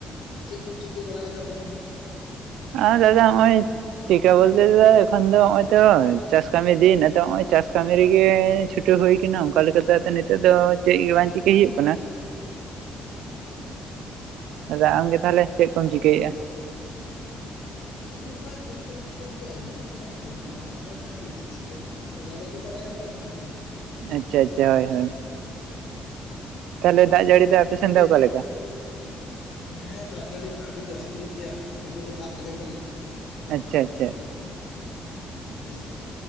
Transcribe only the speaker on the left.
ᱪᱮᱫ ᱠᱚᱢ ᱪᱤᱠᱟᱹ ᱵᱟᱲᱟᱭᱫᱟ ᱛᱟᱦᱞᱮ?
ᱟᱪᱷᱟ ᱟᱪᱷᱟ ᱾
ᱤᱧᱦ ᱚᱱᱠᱟ ᱪᱮᱫ ᱦᱚᱸ ᱵᱟᱹᱧ ᱪᱤᱠᱟᱹᱭᱮᱫ ᱜᱮᱭᱟ ᱤᱧ ᱦᱚᱸ ᱚᱱᱠᱟ ᱢᱤᱱᱟᱹᱧ ᱜᱮᱭᱟ ᱚᱲᱟᱜ ᱠᱚᱨᱮ ᱟᱨᱠᱤ ᱪᱟᱥ ᱠᱚᱸ ᱵᱟᱜᱟ ᱵᱟᱜᱤ ᱵᱟᱲᱟᱭᱮᱫᱟ ᱾ ᱦᱮᱸ ᱥᱮ᱾
ᱟᱪᱪᱷᱟ
ᱟᱨ
ᱞᱟᱹᱭ
ᱦᱮᱸ ᱫᱟᱜ ᱡᱟᱹᱲᱤ ᱢᱟ ᱟᱹᱰᱤ ᱡᱟᱹᱥᱛᱤ ᱜᱮᱭᱟ ᱟᱹᱰᱤ ᱡᱳᱨᱮ ᱫᱟᱜ ᱟᱞᱮ ᱠᱟᱱᱟ ᱾
ᱦᱮᱸᱥᱮ